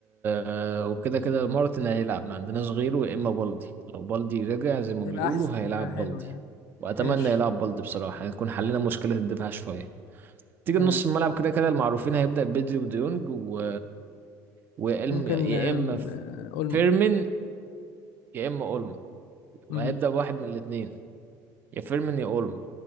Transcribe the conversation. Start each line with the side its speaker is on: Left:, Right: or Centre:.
Right: آه، وكده كده مارتن هيلعب ما عندناش غيره يا اما بالدي لو بالدي رجع زي ما
Left: هيبقى
Right: بيقولوا
Left: احسن
Right: هيلعب
Left: هيبقى حلو
Right: بالدي
Left: يعني
Right: واتمنى
Left: ماشي
Right: يلعب بالدي بصراحه هنكون حلينا مشكله الدفاع شويه تيجي
Left: تمام
Right: نص الملعب كده كده المعروفين هيبدا بدري وديونج و... وإلم...
Left: ممكن
Right: يا
Left: آم،
Right: اما
Left: آه، اولمو
Right: فيرمين يا اما اولمو وهيبدا
Left: امم
Right: بواحد من الاثنين يا فيرمين يا اولمو